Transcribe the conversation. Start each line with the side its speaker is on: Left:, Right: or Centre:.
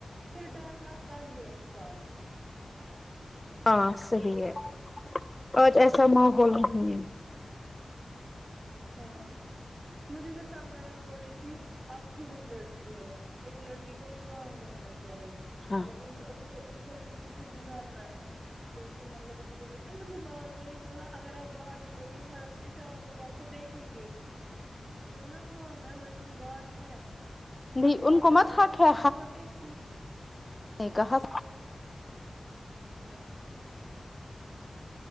Right: پھر ڈر لگتا ہی ہے انسان کو
Left: ہاں صحی ہے اور اھ کا ماحول نہیں ہے
Right: ہاں مجھے پھر سمرا میں بو رہی تھی اور خود ایک لڑکی ہو ایک لڑکی کو اسٹرانگ رہنا چاہیے
Left: ہاں
Right: مطلب ان سب چیزوں سے گزارنا ہے کیونکہ مطلب اس بات بولی بولا اگر آپ باہر نک لوگے سڑک پہ چار لوگ آپ گ میں نے بولا ہاں میم ایسی بات ہے
Left: نہیں
Right: آپ کیا
Left: ان کو
Right: کریں
Left: مت
Right: اوپر
Left: حق
Right: سے
Left: ہے
Right: وہاں کے اسکول
Left: کہاں
Right: نہیں <unintelligible>